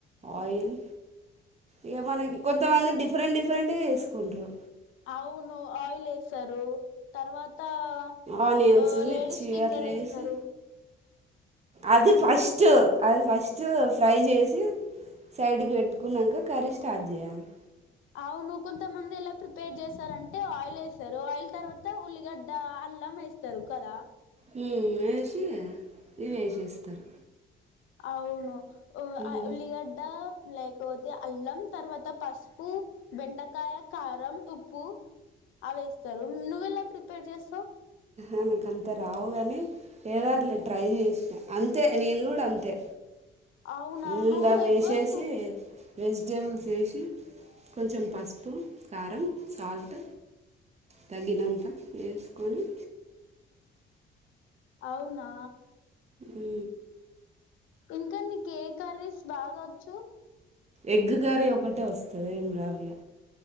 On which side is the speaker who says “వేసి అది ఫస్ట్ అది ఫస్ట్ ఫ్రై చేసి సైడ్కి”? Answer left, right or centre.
Right